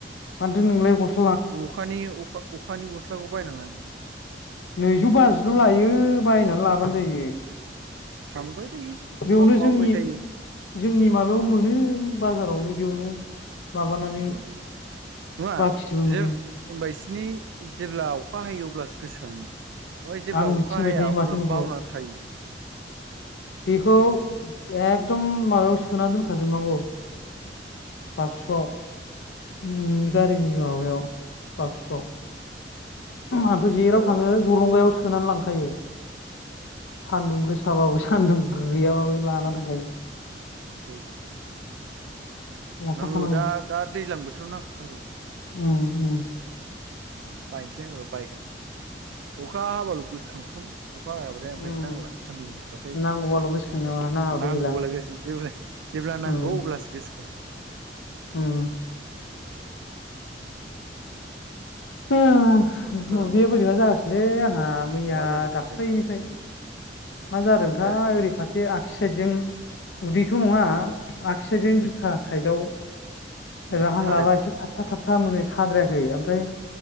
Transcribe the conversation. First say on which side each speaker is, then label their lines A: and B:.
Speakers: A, on the left; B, on the right.
A: मानथो नोंलाय गस
B: अखानि अखा अखानि गस्लाखौ बायना लान
A: नैजौ बाजिल' लायो बायनानै लाबानो जायो।
B: <unintelligible>
A: बेयावनो
B: माब-माबाबाय
A: जोंनि
B: थायो।
A: जोंनि माबायाव मोनो बाजारावनो बेयावनो। माबानानै
B: दखानाव नङा
A: बाखिबो मोनो
B: जे होनबायस नि जेब्ला अखा हायो अब्लासो गोसो खाङो। ओय जेब्ला
A: आंनो
B: अखा
A: थिनबाय
B: हाया
A: थायो
B: अब्ला
A: माथो नोंखौ
B: बावना थायो।
A: बेखौ एकदम माबायाव सोना दोनखाजोबनांगौ। बाक्सुआव उम गारिनि माबायाव बाक्सुआव। आंथ' जेेराव
B: माबाना
A: थाङो जलंगायाव सोनानै लांखायो सान्दुं गोस साबाबो सान्दुं गैयाबाबो लाना थांखायो।
B: औ
A: लाफाखानांगौ
B: नांगौ दा दा दैज्लां बोथोराव नांखाथारगौ।
A: उम उम
B: बायनोसै आङो बायगोन अखा हाबाल' गोसोखांफ्लांओ। अखा हायाबाथाय ओमफ्राय
A: उम
B: नांला सान्दुं दुंबाथाय।
A: नांगौबाल' गोसोखाङो नाङाबाथाय
B: नांगौबालाय
A: गैला
B: गोसो जे जेब्ला नांगौ
A: उम
B: अब्लासो गोसोखाङो।
A: उम अ
B: माथो खालामबावनो
A: उदैआ बोरैबा जागासिनोलै आंहा मैया
B: मा जादों उदैयालाय
A: दाख्लैनिफ्राय। मा जादोंथाया
B: आरो
A: ओरै फारसे आक्सिसाइदजों उदैथ
B: उम
A: नङा आगसि साइदजों बिखा साइदआव
B: उम
A: ओरै हां
B: सादों
A: लाबा एसे थाबथा थाब था मोनो साद्रायाखै ओमफ्राय